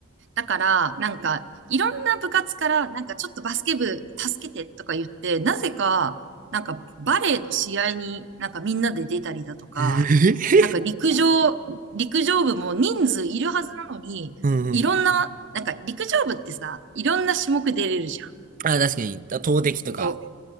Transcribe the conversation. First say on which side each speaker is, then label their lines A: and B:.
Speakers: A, on the right; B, on the right.
A: だから、なんか、いろんな部活から、なんかちょっとバスケ部助けてとか言って、なぜか、なんかバレーの試合になんかみんなで出たりだとか、
B: <laughs> えー
A: なんか陸上、陸上部も人数いるはずなのに、
B: うんうん。
A: いろんな、なんか陸上部ってさ、いろんな種目出れるじゃん。
B: あ、確かに、投擲とか、
A: そう。